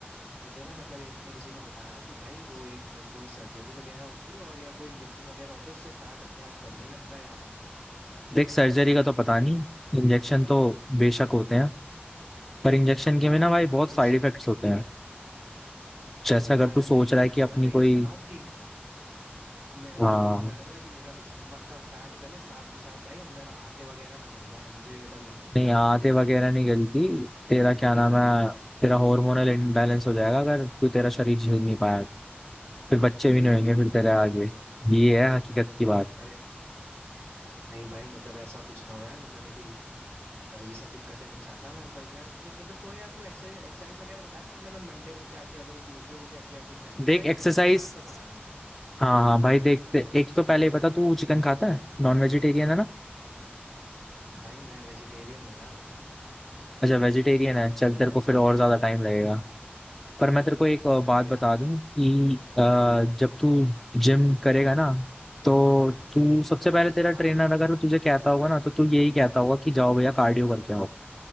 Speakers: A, on the right; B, in the centre.
A: मुझे ना मतलब एक ने किसी ने बताया कि भाई वो एक कोई सर्जरी वगैरह होती है और या कोई इंजेक्शन वगैरह होता है उससे फैट अपने आप गलने लगता है यार
B: देख सर्जरी का तो पता नहीं इंजेक्शन तो बेशक होते हैं पर इंजेक्शन के भी ना भाई बहुत
A: हाँ भाई
B: साइड
A: उससे
B: इफेक्ट्स होते हैं जैसे अगर
A: हाँ
B: तू
A: यार
B: सोच
A: यही मैंने
B: रहा है कि
A: सुना
B: अपनी
A: कहीं
B: कोई
A: ऐसा ना हो कि मैं मतलब
B: हाँ
A: मुझे लग रहा था कि मेरा स्टमक का फैट गले साथ में साथ भाई अंदर आते वगैरह ना गल जाए मुझे ये डर लग रहा
B: नहीं
A: था यार
B: आते वगैरह नहीं गलती तेरा क्या नाम है तेरा हार्मोनल इम्बैलेंस हो जाएगा अगर तू तेरा शरीर झेल नहीं पाया तो। फिर बच्चे भी नहीं होंगे फिर
A: अरे
B: तेरे आगे
A: भाई तो
B: ये है हकीकत की बात
A: अरे नहीं भाई मतलब ऐसा कुछ ना हो यार मतलब अभी अ, ये सब दिक्कतें नहीं चाहता मैं बस यार मुझे मतलब थोड़े यार तू एक्सरसाइज एक्सरसाइज वगैरह बता कि मतलब मैं मंडे को क्या किया करूँ ट्यूसडे को क्या किया करूँ ऐसे
B: देख
A: पूरा एक
B: एक्सरसाइज
A: वीकली चार्ट बता यार मुझे
B: हाँ हाँ भाई देखते एक तो पहले ही बता तू चिकन खाता है नॉन वेजिटेरियन है ना
A: भाई मैं वेजिटेरियन हूँ यार
B: अच्छा वेजिटेरियन है चल तेरे
A: पर
B: को फिर
A: भाई
B: और ज्यादा टाइम लगेगा पर मैं तेरे को एक अ, बात
A: अरे यार
B: बता दूं कि अ, जब तू जिम करेगा ना तो तू सबसे पहले
A: हाँ
B: तेरा
A: हाँ
B: ट्रेनर अगर तुझे कहता होगा ना तो तू यही कहता होगा कि जाओ भैया कार्डियो करके आओ